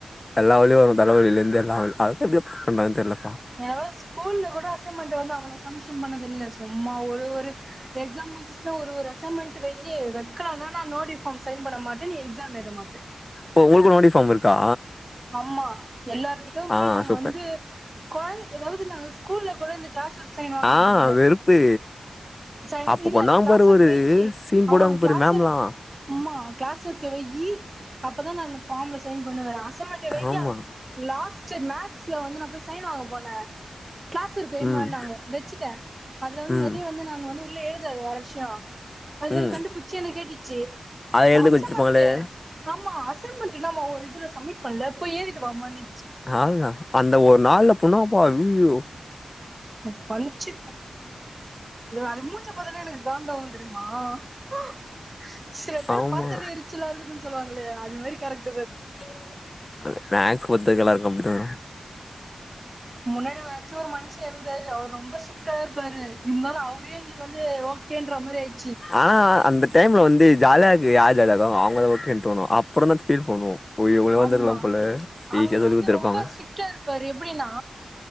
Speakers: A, on the left; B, on the right.
A: எல்லா வலி வரு தலவலில இந்து எல்லா வரு அது எப்டி பண்ணாங் தெரில
B: நீ எவ்ளோ ஸ்கூல்ல கூட அசைன்மெண்ட் வந்து அவ்ளோ சமிஷன் பண்ணது இல்ல சும்மா ஒரு ஒரு எக்ஸா முடிஞ்சுச்சுன்னா ஒரு அசைன்மென்ட் வெய் வக்க நா நோட்டிஃபார்ம் சைன் பண்ண மாட்டே நீ எக்ஸாம் எத மாட்டே
A: ஓ உங்களுக்கு னோடி ஃபார்ம் இருக்கா
B: ஆமா எல்லாருகிட்டு
A: ஆ
B: போய் நாங்க
A: சூப்பர்
B: வந்து கொழந் ஏதாது இது நாங்க ஸ்கூல்ல கூடந் கிளாஸ் ஒர்க் சைன் வாங்கனது
A: ஆ
B: இல்ல
A: வெறுப்பு
B: சை
A: அப்ப
B: இல்ல
A: பண்ணாங்க
B: கிளாஸ்
A: பாரு
B: ஒர்க்
A: ஒரு
B: வெய்யி
A: சீன் போடுவாங்க
B: அவ
A: பாரு
B: கிளாஸ்
A: மேம்லா
B: ஒமா கிளாஸ் ஒர்க்க வெய்யி அப்பதா நா இந்த ஃபார்ம்ல சைன் பண்ணுவே ராஸ் ச மண்ட வையா
A: ஆமா
B: லாஸ்ட் செர் மேக்ஸ்ல வந்து நா போய் சைன் வாங்க போனே கிளாஸ் இருக்கு வைமா
A: ம்
B: நாங்க வச்சுட்டே அதுல வந்து
A: ம்
B: நெறைய வந்து நா வந்த உள்ள எழுதாது வர விஷ கியா அது
A: ம்
B: கண்டுபிச்சி என்ன கேட்டுச்சு
A: அத எழுத
B: அசமன்ட்
A: குடுத்துருப்பாங்களே
B: ஆமா அச அசமின்ட் இல்லாம ஒரு இதுல சமிட் பல்லப் போய் ஏறிட்டு வாமா நீ
A: ஆள்னா அந்த ஒரு நாள்ல பொணா பா நில் யு
B: ஒ பஞ்ச்சு அது மூச்ச பாத்தல்ல எனக்கு காண்டாவு தெரியுமா அ சில பேர்
A: ஆமா
B: பாத்தால எரிச்சலா இருக்குது சொ சொல்லுவங்களே அதுமரி கரெட்
A: <unintelligible> ஒத்துகல்லா இருக்கு ப்ரோ
B: முன்னாடி வச்சு ஒரு மனுஷ இருந்தாரு அவர் ரொம்ப ஸிக் த்தார்பாரு இம் முதலே அவரே எங்களுக் வந் வந்து ஓகேன்ற மாரி ஆயி
A: ஆஆ அந்த டைம்ல வந்து ஜாலியாக்கு யார் தெலக அவங்கள ஓகேனு தோனு அப்பறம் தா ஃபீல் பண்ணுவோ ஓ இவங்களே வந்திருக்கலா
B: ஆமா
A: போல ஈஸியா
B: அவர்
A: சொல்லி
B: வந்து
A: குடுத்துருப்பாங்க
B: ரொம்ப ஸ்ரிட்டா இருப்பரு எப்டின்னா